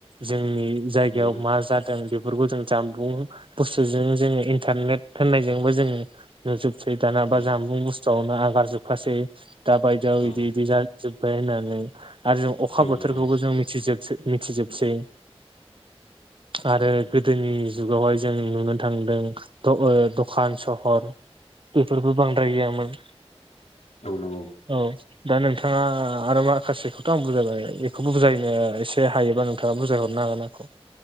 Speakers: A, on the right; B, on the left.
A: जोंनि जायगायाव
B: उम
A: मा जादों जों बेफोरखौ जों जानबुं बुस्थुजों जोङो इन्टारनेट होननायजोंबो जोंङो नुजोब सैथाना
B: उम
A: बा जामबुं बुस्थुआवनो आगार जोबखासै दा बायदियाव
B: औ
A: बिदि बिदि जा जोब्बाय होननानै आरो जों अखा
B: औ
A: बोथोरखौबो
B: नंगौ
A: जों मिथिजोबसै मिथिजोबसै आरो गोदोनि जुगावहाय जों नुनो थांदों द ओ दखान सहर बेफोरबो बांद्राय गैयामोन।
B: औ नंगौ।
A: औ दा नोंथाङा आरो माखासेखौथ' आं बुजायबाय बेखौबो बुजायनो एसे हायोबा नों नोंथाङा बुजाय हरनो हागोन आंखौ।